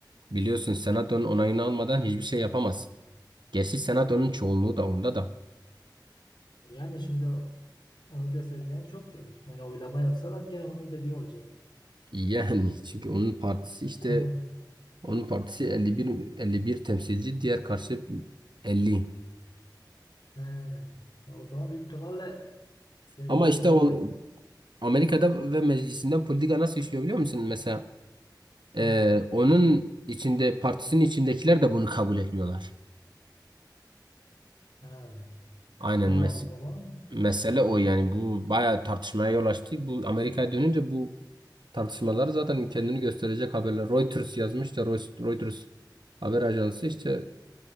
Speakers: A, on the right; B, on the left.
A: Biliyorsun Senato'nun onayını almadan hiçbir şey yapamaz. Gerçi Senato'nun
B: Ee,
A: çoğunluğu da onda da.
B: Yani şimdi o- onu destekleyen çoktur. Yani oylama yapsalar gene onun dediği olacak.
A: Yani <laughs> çünkü onun partisi işte
B: <laughs>
A: onun partisi 51 51 temsilci diğer karşı 50.
B: He. Ya o zaman büyük ihtimalle de-
A: Ama
B: dediği
A: işte
B: olacak.
A: o, Amerika'da ve meclisinden politika nasıl işliyor biliyor musun? Mesela e,
B: Nasıl?
A: onun içinde partisinin içindekiler de bunu kabul etmiyorlar.
B: Ha,
A: Aynen
B: ha
A: mes-
B: o zaman
A: mesele
B: olabilir.
A: o yani bu bayağı tartışmaya yol açtı. Bu Amerika'ya dönünce bu tartışmalar zaten kendini gösterecek haberler. Reuters yazmış da Reus- Reuters haber ajansı işte